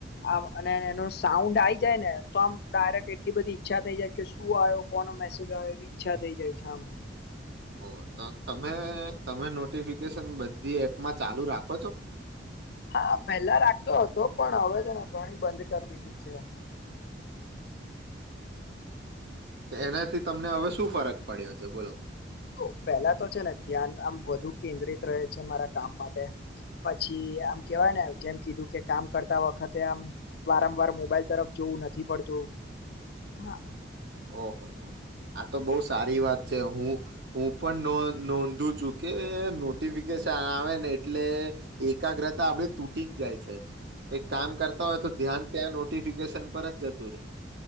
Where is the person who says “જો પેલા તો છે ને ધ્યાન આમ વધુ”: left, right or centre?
Left